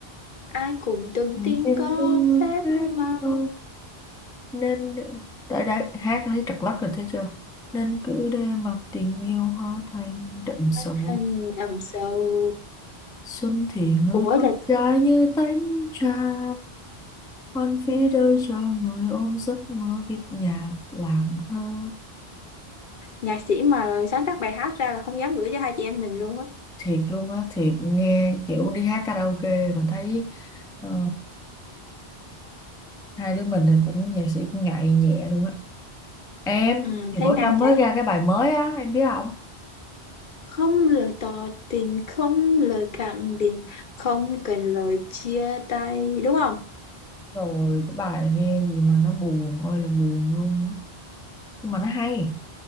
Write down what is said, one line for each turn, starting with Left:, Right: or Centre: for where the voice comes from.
Left: ai cũng từng
Centre: Ừ.
Left: tiên
Centre: nên
Left: có
Centre: có
Left: phép
Centre: hát
Left: màu
Centre: ờ, nên đã đã hát thấy trật lắc rồi thấy chưa nên cứ để mặc tình yêu hoa thành đậm sầu
Left: hóa thành đầm sầu
Centre: xuân thì người
Left: ủa
Centre: con
Left: là
Centre: gái như tánh trà hoan phí đời chờ người ôm giấc mơ viết nhạc làng thơ
Left: nhạc sĩ mà sáng tác bài hát ra là không dám gửi cho hai chị em mình luôn á
Centre: thiệt luôn á thiệt nghe kiểu đi hát karaoke mà thấy ờ, hai đứa mình thì cũng nhạc sĩ cũng ngại nhẹ luôn á em
Left: ừ,
Centre: thì
Left: thấy
Centre: bữa
Left: ngang
Centre: Trâm
Left: trái
Centre: mới ra cái bài mới á em biết không
Left: không lời tỏ tình không lời khẳng định không cần lời chia tay đúng không
Centre: rồi cái bài nghe gì mà nó buồn ơi là buồn luôn á nhưng mà nó hay